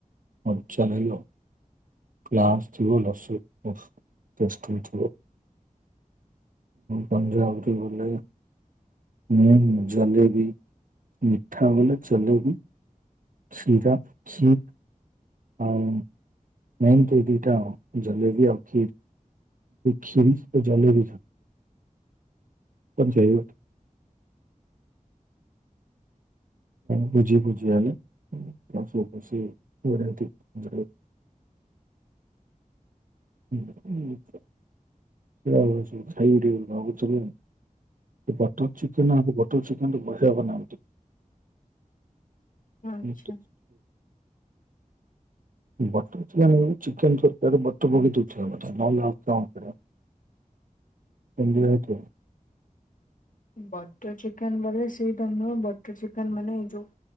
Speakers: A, on the right; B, on the left.
A: ମଜଲ <unintelligible> ଗ୍ରାସ୍ ଥିବ ଲସି ଓ ହୋ ଟେଷ୍ଟଥିବ। ପଞାବୀ ବଲେଇ <inaudible> ମୁ ଜଲେବି। ମିଠା ବଲେ ଜଲେବି। ଖିରା ଖି <inaudible> ଆଉ ମେନ୍ କ୍ରି ଦିଟା ଆଉ ଜଲେବି ଆଉ ଖିର୍। ଖୀରି ଜଲେବି ପ ଯାଇ ଭୁଜି ଭୁଜୟଲି ପ୍ସୁପସି ଗରେତି <inaudible> ହୁଁ ହୁଁ ସେଇଟା ଖାଇଠ ଆହୁ ସେ <unintelligible> ବଟର ଚିକେନ ଆଉ ବଟର ଚିକେନ ବଢିଆ ବନାନ୍ତି।
B: ଆଚ୍ଛା
A: ହଁ ବଟର୍ ଚିକେନ ଚିକେନ୍ ଚକଟା ବ କିିତ ନଲେ କେରେମ <inaudible>
B: ବଟର ଚିକେନ ବଲେ ସେଇଟା ନୁହଁ ବଟର ଚିକେନ ମାନେ ଏଇ ଯୋଉ